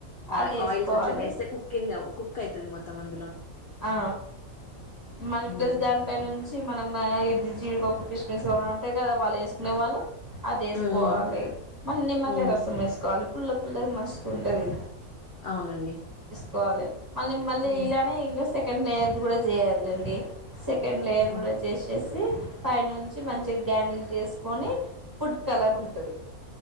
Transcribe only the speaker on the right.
అది వేసుకోవాలి
ఆ మనీ
ప్లస్ దానిపై నుంచి మనం ఆ ఇది జీడి పప్పు కృష్మిస్ అంటే కదా వాళ్ళు ఏసుకునేవాళ్ళు అది వేసుకోవాలి
మ నిమ్మకాయ
రసం ఏసుకోవాలి పుల్ల పుల్లగా మస్తు ఉంటది
కోవాలే మళ్ళీ మళ్ళీ
ఇలానే ఇంద్ సెకండ్ లేయర్ కూడా చేయాలండి సె సెకండ్ లేయర్
కూడా చేసేస్ పై నుంచి మంచి గార్నిష్ చేసుకని ఫుడ్ కలర్ ఉంటుంది.